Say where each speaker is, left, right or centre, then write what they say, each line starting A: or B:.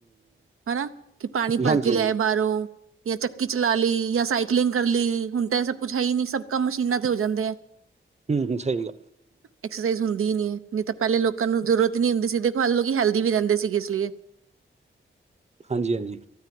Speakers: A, on the right (about 85°); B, on the right (about 30°).
A: ਹਨਾ ਕਿ ਪਾਣੀ
B: ਹਾਂਜੀ
A: ਭਰ ਕੇ ਲੈ
B: ਹੂੰ ਹਾਂਜੀ ਹਾਂਜੀ
A: ਬਾਹਰੋਂ ਜਾਂ ਚੱਕੀ ਚਲਾ ਲਈ ਜਾਂ ਸਾਈਕਲਿੰਗ ਕਰ ਲਈ। ਹੁਣ ਤਾਂ ਇਹ ਸਭ ਕੁਛ ਹੈ ਹੀ ਨਹੀਂ ਸਭ ਕੰਮ ਮਸ਼ੀਨਾਂ ਤੇ ਹੋ ਜਾਂਦੇ ਹੈ।
B: ਹੂੰ ‌ਹੂੰ ਸਹੀ ਗ
A: ਐਕਸਰਸਾਈਜ਼ ਹੁੰਦੀ ਹੀ ਨਹੀਂ ਨਹੀਂ ਤਾਂ ਪਹਿਲੇ ਲੋਕਾਂ ਨੂੰ ਜ਼ਰੂਰਤ ਨਹੀਂ ਹੁੰਦੀ ਸੀ ਤੇ ਪਹਿਲੇ ਲੋਕੀਂ ਹੈਲਦੀ ਵੀ ਰਹਿੰਦੇ ਸੀਗੇ ਇਸ ਲੀਏ
B: ਹਾਂਜੀ, ਹਾਂਜੀ